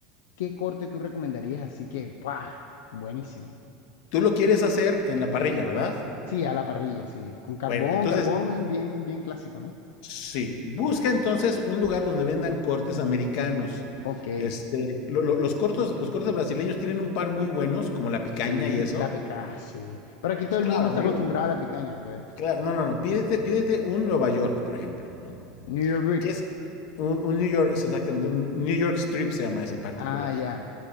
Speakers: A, on the left; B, on the left.
A: ¿qué corte tú recomendarías? Así que, ¡pah! Buenísimo.
B: Tú lo quieres hacer en la parrilla, ¿verdad?
A: Sí, a la parrilla, sí, con carbón,
B: Bueno, entonces,
A: carbón bien, bien clásico, ¿no?
B: sí. Busca entonces un lugar donde vendan cortes americanos.
A: Ok.
B: Este, lo- lo- los cortos, los cortes brasileños tienen un par muy buenos, como la picaña
A: Sí,
B: y eso.
A: la picaña, sí. Pero aquí todo
B: Pues, claro,
A: el mundo está
B: amigo.
A: acostumbrado a la picaña, pues.
B: Claro, no, no, no. Pídete, pídete un Nueva York, por ejemplo, ¿no?
A: New York Brick.
B: Que es un, un New York, es exactamente, un un New York Strip se llama ese en particular.
A: Ah, ya.